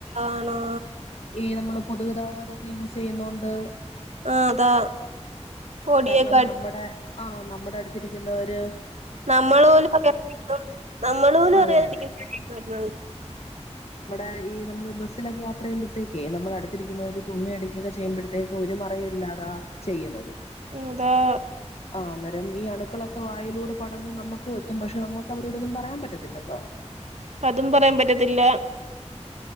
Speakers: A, on the right (about 70°); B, on the left (about 65°).
A: ആണോ
B: ഈനമ്മള് പൊതുഗതാഗതൊക്കെ യൂസെയ്യുന്നോണ്ട്
A: ആഹ് അതാ പൊടിയൊക്കെ
B: കാരണം
A: അടി
B: നമ്മുടെ- ആ നമ്മുടെ അടുത്തിരിക്കുന്ന ഒരു-
A: നമ്മൾ പോലും അറിയാതെ ഇരിക്കും നമ്മൾ പോലും
B: അതെ
A: അറിയാതിരിക്ക
B: അതെ
A: <unintelligible>
B: ആ ഇ നമ്മള് ബസ്സിലൊക്കെ യാത്ര ചെയുമ്പഴത്തേക്ക് നമ്മള ടുത്തിരിക്കുന്നവര് തുമ്മയടക്കൊക്കെ ചെയുമ്പഴ് ത്തേക്ക് ഒരു മറയും ഇല്ലാതാ ചെയ്യുന്നത്
A: <unintelligible>
B: ആ അന്നേരം ഈ അണുക്കളൊക്കെ വായിലൂടെ പടർന്ന് നമുക്കും എത് ത്തും പക്ഷെ നമുക്ക് അവരോടൊന്നും പറയാൻ പറ്റത്തില്ലോ
A: അതും പറയാൻ പറ്റത്തില്ല